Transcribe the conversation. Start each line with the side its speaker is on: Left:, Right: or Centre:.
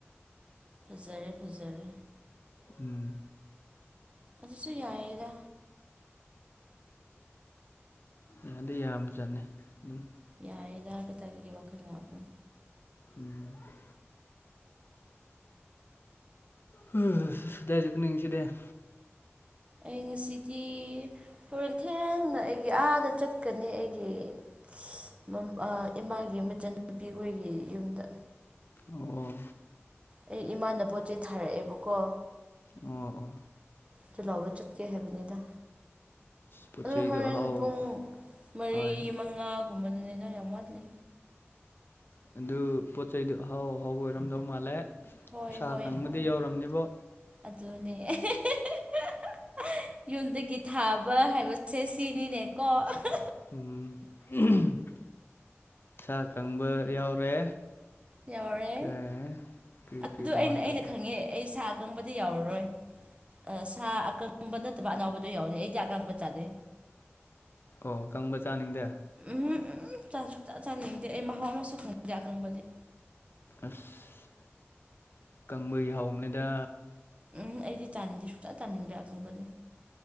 Right: ꯐꯖꯔꯦ ꯐꯖꯔꯦ
Left: ꯎꯝ
Right: ꯑꯗꯨꯁꯨ ꯌꯥꯌꯦꯗ
Left: ꯌꯥꯗꯤ ꯌꯥꯝ ꯖꯥꯠꯅꯦ ꯑꯗꯨꯝ
Right: ꯌꯥꯔꯦꯗ ꯀꯇꯥꯏꯇꯒꯤ ꯋꯥꯈꯜ ꯋꯥꯕ꯭ꯔꯣ
Left: ꯎꯝ <inaudible> <unintelligible> ꯗꯥꯏꯖꯨꯛ ꯅꯤꯡꯁꯤꯗ <unintelligible>
Right: ꯑꯩ ꯉꯁꯤꯗꯤ ꯍꯣꯔꯦꯟ ꯊꯦꯡꯅ ꯑꯩꯒꯤ ꯑꯥꯗ ꯆꯠꯀꯅꯤ ꯑꯩꯒꯤ <unintelligible> ꯃꯝ ꯑ ꯏꯃꯥꯒꯤ ꯃꯆꯟꯅꯨꯄꯤ ꯍꯣꯏꯒꯤ ꯌꯨꯝꯗ
Left: ꯑꯣ
Right: ꯑꯩ ꯏꯃꯥꯅ ꯄꯣꯠ ꯆꯩ ꯊꯥꯔꯛꯑꯦꯕꯀꯣ
Left: ꯑꯣ ꯑꯣ
Right: ꯇ ꯂꯥꯎꯕ ꯆꯠꯀꯦ ꯍꯥꯏꯕꯅꯦꯗ
Left: ꯄꯣꯠ
Right: ꯑꯗꯨ
Left: ꯆꯩꯗꯨ
Right: ꯍꯣꯔꯦꯟ
Left: ꯑꯍꯥꯎ
Right: ꯄꯨꯡ ꯃꯔꯤ
Left: ꯍꯣꯏ
Right: ꯃꯉꯥꯒꯨꯝꯕꯗꯨꯅꯤꯗ ꯌꯥꯝ ꯋꯥꯠꯂꯤ
Left: ꯑꯗꯨ ꯄꯣꯠ ꯆꯩꯩꯗꯨ ꯑꯍꯥꯎ ꯑꯍꯥꯎꯕ ꯑꯣꯏꯔꯝꯗꯧ ꯃꯥꯜꯂꯦ
Right: ꯍꯣꯏ
Left: ꯁꯥ
Right: ꯍꯣꯏ
Left: ꯀꯪꯕꯗꯤ
Right: ꯍꯣꯏ
Left: ꯌꯧꯔꯝꯅꯤꯕꯣ
Right: ꯑꯗꯨꯅꯦ <unintelligible> ꯌꯨꯝꯗꯒꯤ ꯊꯥꯕ ꯍꯥꯏꯕꯁꯦ ꯁꯤꯅꯤꯅꯦꯀꯣ <unintelligible>
Left: ꯎꯝ <unintelligible> ꯁꯥ ꯀꯪꯕ ꯌꯥꯎꯔꯦ
Right: ꯌꯧꯔꯦ
Left: ꯀꯔꯤ ꯀꯔꯤ
Right: ꯑꯗꯨ
Left: ꯇꯣꯉꯥꯟꯕꯗ
Right: ꯑꯩꯅ ꯑꯩꯅ ꯈꯪꯉꯦ ꯑꯩ ꯁꯥꯥꯛ ꯑꯀꯪꯕꯗꯤ ꯌꯥꯎꯔꯔꯣꯏ ꯁꯥ ꯑꯀꯪꯕ ꯅꯠꯇꯕ ꯑꯅꯥꯎꯕꯗꯣ ꯌꯥꯎꯗꯦ ꯑꯩꯗꯤ ꯑꯀꯪꯕ ꯆꯥꯗꯦ
Left: ꯑꯣ ꯀꯪꯕ ꯆꯥꯅꯤꯡꯗꯦ
Right: ꯎꯝ <unintelligible> ꯎꯝ ꯆꯥ ꯁꯨꯛ ꯆꯥ ꯆꯥꯅꯤꯡꯗꯦ ꯑꯩ ꯃꯍꯥꯎ ꯑꯃꯁꯨ ꯈꯪꯅꯤꯡꯗꯦ ꯑꯀꯪꯕꯗꯤ
Left: ꯑꯁ ꯀꯪꯕꯒꯤ ꯍꯥꯎꯝꯅꯦꯗ
Right: ꯎꯝ ꯑꯩꯗꯤ ꯆꯥꯅꯤꯡꯗꯦ ꯁꯨꯡꯆꯥ ꯆꯥꯅꯤꯡꯗ꯭ꯔꯦ ꯑꯀꯪꯕꯗꯤ